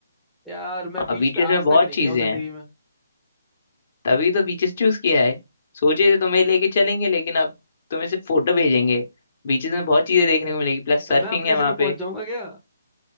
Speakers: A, in the centre; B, on the left (about 45°).
A: यार मैं बीच
B: और बीचेस
A: पे आज
B: में बहुत
A: तक नहीं
B: चीजें
A: गया हूँ जिंदगी
B: हैं
A: में
B: तभी तो बीचेस चूज किया है सोचे थे तुम्हें लेके चलेंगे लेकिन अब तुम्हें सिर्फ फोटो भेजेंगे बीचेस में बहुत चीजें देखने को मिलेगी प्लस
A: तो
B: सर्फिंग
A: मैं अपने
B: है
A: से
B: वहां
A: नहीं पहुंच
B: पे
A: जाऊंगा क्या